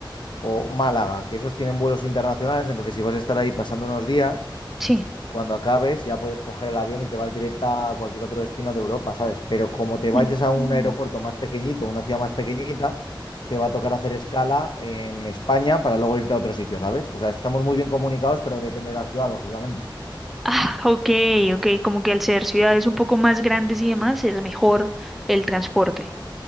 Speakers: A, on the left; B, in the centre.
A: o Málaga, que esos tienen vuelos internacionales, entonces si vas a estar ahí pasando unos días,
B: Sí.
A: cuando acabes ya puedes coger el avión y te vas directa a cualquier otro destino de Europa, ¿sabes? Pero como te vayas
B: Ujú.
A: a un aeropuerto más pequeñito, una ciudad más pequeñita, te va a tocar hacer escala en España para luego irte a otro sitio, ¿sabes? O sea, estamos muy bien comunicados, pero depende de la ciudad, lógicamente.
B: Ah, ok, ok, como que al ser ciudades un poco más grandes y demás es mejor el transporte.